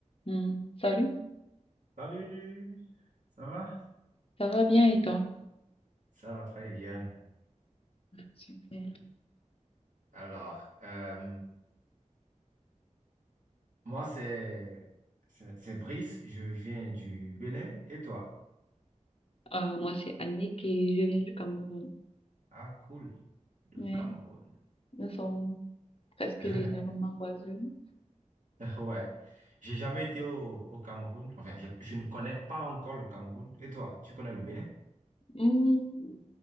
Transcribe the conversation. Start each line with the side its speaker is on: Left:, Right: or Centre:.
Left: Hmm. Salut,
Right: Salut, ça va?
Left: ça va bien et toi?
Right: Ça va très bien.
Left: Super.
Right: Alors, euh, moi, c'est, c'est, c'est Brice, je viens du Bénin. Et toi?
Left: Euh, moi, c'est Annick et je viens du Cameroun.
Right: Ah, cool, le
Left: Ouais.
Right: Cameroun.
Left: Nous sommes presque
Right: <laughs>
Left: légèrement voisins.
Right: Ouais, j'ai jamais été au, au Cameroun. Enfin, je, je ne connais pas encore le Cameroun. Et toi, tu connais le Bénin?
Left: Hmm.